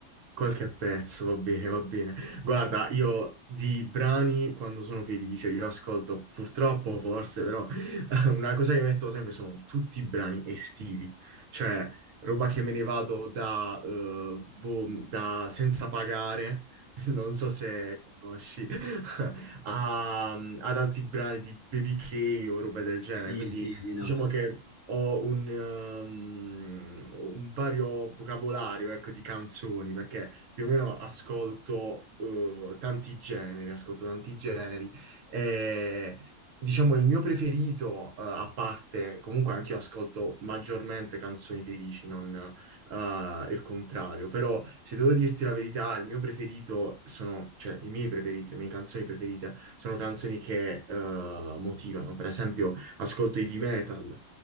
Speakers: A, on the right; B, on the left.
A: qualche pezzo, va bene, va bene. Guarda, io di brani quando sono felice, io ascolto purtroppo, forse, però <laughs> una cosa che metto sempre sono tutti i brani estivi, cioè roba che me ne vado da, eh, boh, da senza pagare, <laughs> non so se conosci, <laughs> a- ad altri brani di BBK o roba del genere,
B: Sì,
A: quindi
B: sì, sì, no.
A: Diciamo che ho un, ehm, un vario vocabolario, ecco, di canzoni, perché più o meno ascolto, eh, tanti generi, ascolto tanti generi. E, diciamo, il mio preferito, eh, a parte, comunque anche io ascolto maggiormente canzoni felici, non, eh, il contrario. Però, se devo dirti la verità, il mio preferito sono, cioè, i miei preferiti, le mie canzoni preferite sono canzoni che, eh, motivano. Per esempio ascolto heavy metal.